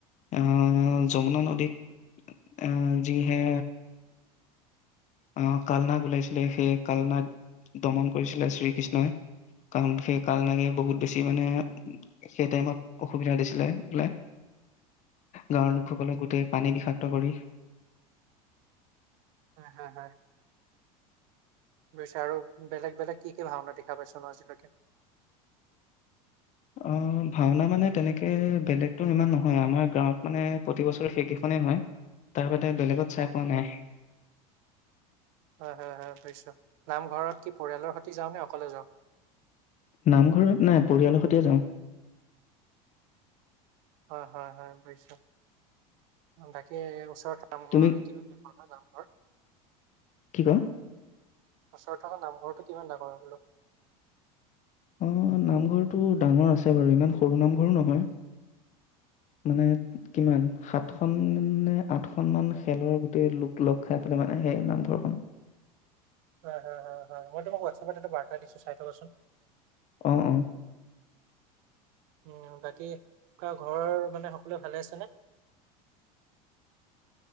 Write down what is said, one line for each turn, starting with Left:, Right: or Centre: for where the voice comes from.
Left: আহ, যমুনা নদীত এ, যিহে আ, কালনাগ ওলাইছিলে সেই কালনাগ দমন কৰিছিলে শ্ৰী কৃষ্ণই। কাৰণ সেই কালনাগে বহুত বেছি মানে সেই টাইমত অসুবিধা দিছিলে বোলে, গাঁৱৰ লোকসকলে গোটেই পানী বিষাক্ত কৰি
Right: হয় হয় হয়। বুইছো আৰু বেলেগ বেলেগ কি কি ভাওঁনা দেখা পাইছ ন আজিলৈকে?
Left: অ', ভাওনা মানে তেনেকে বেলেগতো ইমান নহয়, আমাৰ গাঁৱত মানে প্ৰতি বছৰে সেইকেইখনেই হয়। তাৰ বেলেগত চাই
Right: উম, উম,
Left: পোৱা
Right: হম
Left: নাই,
Right: হয় হয়, বুজিছোঁ। নামঘৰত কি পৰিয়ালৰ সৈতে যাওঁনে অকলে যাওঁ?
Left: নামঘৰত নাই, পৰিয়ালৰ সৈতেই যাওঁ।
Right: হয় হয় হয়, বুজিছোঁ। বাকী ওচৰত নামঘৰ,
Left: তুমি
Right: কিমান ডাঙৰ হয় নামঘৰ?
Left: কি কোৱা
Right: ওচৰত থকা নামঘৰটো কিমান ডাঙৰ হয় বোলো?
Left: অ', নামঘৰটো ডাঙৰ আছে বাৰু ইমান সৰু নামঘৰো নহয়। মানে কিমান, সাতখন নে আঠখনমান খেলৰ গোটেই লোক লগ খাই পেলাই মানে সেই নামঘৰখন।
Right: হয় হয় হয় হয়, মই তোমাক হোৱাটছএপত এটা বাৰ্তা দিছোঁ, চাই থকাচোন।
Left: অ', অ'।
Right: উম, বাকী ঘৰ, মানে সকলোৱে ভালে আছেনে?